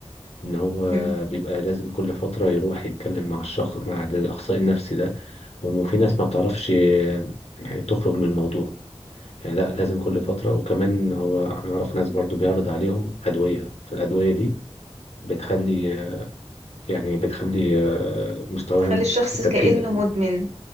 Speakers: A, on the left (about 70°); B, on the right (about 85°).
A: إن هو
B: مم.
A: بيبقى لازم كل فترة يروح يتكلم مع الشخص مع الأخصائي النفسي ده وفي ناس ما بتعرفش يعني تخرج من الموضوع يعني لا لازم كل فترة وكمان هو أنا أعرف ناس برضو بيعرض عليهم أدوية فالأدوية دي بتخلي يعني بتخلي آه، مستواهم
B: تخلي الشخص
A: في التركيز
B: كأنه
A: أقل
B: مدمن